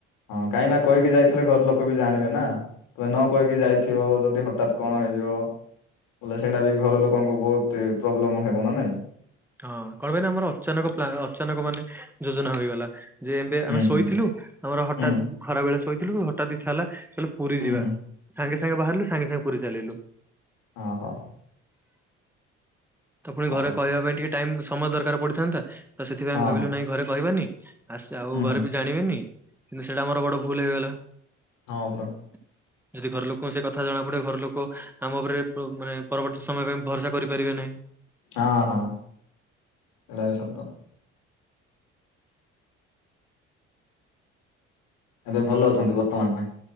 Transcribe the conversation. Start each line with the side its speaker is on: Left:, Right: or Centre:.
Left: ହଁ କାହିଁକିନା କହିକି ଯାଇଥିଲେ ଘରଲୋକ ବି ଜାଣିବେ ନା। ତମେ ନ କହିକି ଯାଇଥିବ ଯଦି ହଠାତ କଣ ହେଇଯିବ ବୋଲେ ସେଇଟା ବି ଘରଲୋକଙ୍କୁ ବୋହୁତି ପ୍ରୋବ୍ଲେମ ହେବ ନା ନାଇଁ?
Centre: ହଁ କଣ ପାଇଁ ନା ଆମର ଅଚାନକ ପ୍ଲା ଅଚାନକ ମାନେ ଯୋଜନା ହୋଇଗଲା। ଯେ ଏମତି ଆମେ
Left: ହୁଁ
Centre: ଶୋଇଥିଲୁ
Left: ହୁଁ
Centre: ଆମର ହଠାତ୍
Left: ହୁଁ
Centre: ଖରାବେଳେ ଶୋଇଥିଲୁ ହଠାତ୍ ଇଚ୍ଛା ହେଲା କହିଲୁ ପୁରୀ
Left: ହୁଁ
Centre: ଯିବା
Left: ହୁଁ
Centre: ସାଙ୍ଗେ ସାଙ୍ଗେ ବାହାରିଲୁ ସାଙ୍ଗେ ସାଙ୍ଗେ ପୁରୀ ଚାଲିଲୁ।
Left: ଅହ ହୋ।
Centre: ତ ଫୁଣି
Left: ହଁ
Centre: ଘରେ କହିବା ପାଇଁ ଟିକେ ଟାଇମ ସମୟ ଦରକାର ପଡିଥାନ୍ତା ତ ସେଥିପାଇଁ
Left: ହଉ
Centre: ଆମେ ଭାବିଲୁ
Left: ହଁ ହଁ
Centre: ନାଇଁ ଘରେ କହିବାନି। ଆସେ ଆଉ
Left: ହୁଁ
Centre: ଘରେ
Left: ହୁଁ
Centre: ବି ଜାଣିବେନି କିନ୍ତୁ ସେଇଟା ମୋର ବଡ ଭୁଲ ହେଇଗଲା।
Left: ହଁ ପା।
Centre: <inaudible> ଯଦି ଘରଲୋକଙ୍କୁ ସେ କଥା ଜଣା ପଡିବ ଘର ଲୋକ ଆମ ତ ଓପରେ ପ ମାନେ ପରବର୍ତ୍ତୀ ସମୟ ପାଇଁ ଭରସା କରିପାରିବେ ନାହିଁ।
Left: ହଁ ହଁ ଏଟା ବି ସତ। ଏବେ ଭଲ ଅଛନ୍ତି ବର୍ତ୍ତମାନ ପାଇଁ।